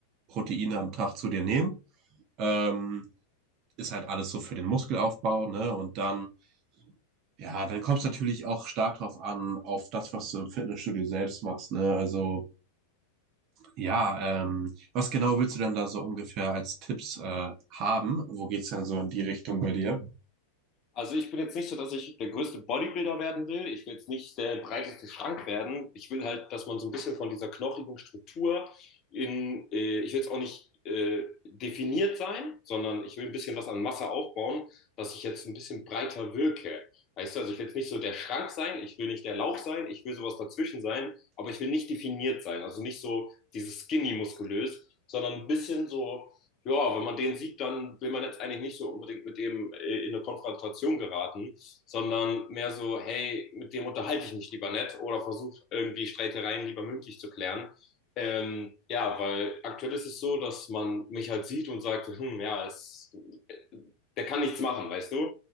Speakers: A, on the right (about 40°); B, on the left (about 35°).
A: Proteine am Tag zu dir nehmen. Ähm, ist halt alles so für den Muskelaufbau, ne? Und dann, ja, dann kommt es natürlich auch stark drauf an, auf das, was du im Fitnessstudio selbst machst, ne? Also ja, ähm, was genau willst du denn da so ungefähr als Tipps äh, haben? Wo geht's denn so in die Richtung bei dir?
B: Also ich bin jetzt nicht so, dass ich der größte Bodybuilder werden will. Ich will jetzt nicht der breiteste Schrank werden. Ich will halt, dass man so ein bisschen von dieser knochigen Struktur in, äh, ich will jetzt auch nicht äh, definiert sein, sondern ich will ein bisschen was an Masse aufbauen, dass ich jetzt ein bisschen breiter wirke. Weißt du, also ich will jetzt nicht so der Schrank sein, ich will nicht der Lauch sein, ich will sowas dazwischen sein, aber ich will nicht definiert sein. Also nicht so dieses skinny muskulös, sondern ein bisschen so ja, wenn man den sieht, dann will man jetzt eigentlich nicht so unbedingt mit dem äh, in eine Konfrontation geraten, sondern mehr so, hey, mit dem unterhalte ich mich lieber nett oder versuche irgendwie Streitereien lieber mündlich zu klären. Ähm, ja, weil aktuell ist es so, dass man mich halt sieht und sagt, hm, ja, es, äh, der kann nichts machen, weißt du?